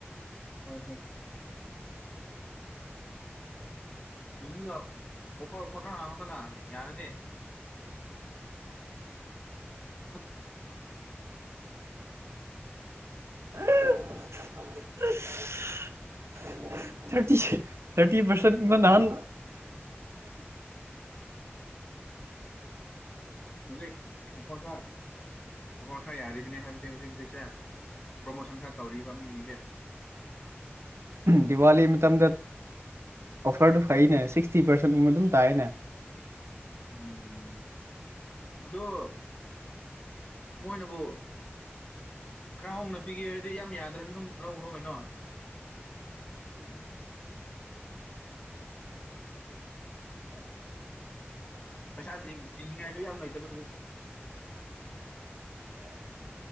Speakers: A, on the left; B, on the right.
A: ꯍꯣꯏ ꯍꯣꯏ ꯌ ꯑꯣꯐꯔꯒꯨꯝꯕ <inaudible> ꯈꯔ ꯍꯥꯡꯉꯗꯅ ꯌꯥꯔꯗꯤ ꯑꯥ
B: ꯎ <inaudible> ꯊꯔꯇꯤ ꯊꯔꯇꯤ ꯄꯔꯁꯦꯟ ꯅꯍꯥꯜ
A: ꯍꯧꯖꯤꯛ ꯑꯩꯐꯣꯏ <inaudible> ꯁꯥꯥ ꯑꯣꯐꯔ ꯈꯔ ꯌꯥꯔꯤꯕꯅꯦ ꯍꯥꯏꯕꯗꯤ ꯍꯧꯖꯤꯛ ꯍꯧꯖꯤꯛꯁꯦ ꯄ꯭ꯔꯣꯃꯣꯁꯟ ꯈꯔ ꯇꯧꯔꯤꯕ ꯃꯤꯁꯤꯡꯁꯦ
B: ꯗꯤꯋꯥꯂꯤ ꯃꯇꯝꯗ ꯑꯣꯐꯔꯗꯣ ꯐꯩꯅꯦ ꯁꯤꯛꯁꯇꯤ ꯄꯥꯔꯁꯦꯟꯒꯨꯝꯕ ꯑꯗꯨꯝ ꯇꯥꯏꯌꯦꯅꯦ
A: ꯎꯝ ꯑꯗꯣ ꯃꯣꯏꯅꯕꯨ ꯈꯔ ꯍꯣꯛꯅ ꯄꯤꯒꯦ ꯍꯥꯏꯗꯤ ꯌꯥꯝ ꯌꯥꯗ꯭ꯔꯁꯨ ꯑꯗꯨꯝ ꯂꯧꯈ꯭ꯔꯣ ꯀꯩꯅꯣ ꯄꯩꯁꯥ ꯇꯤꯡꯅꯤꯡꯉꯥꯏꯁꯨ ꯌꯥꯝ ꯂꯩꯇꯕ ꯑꯗꯨꯕꯨ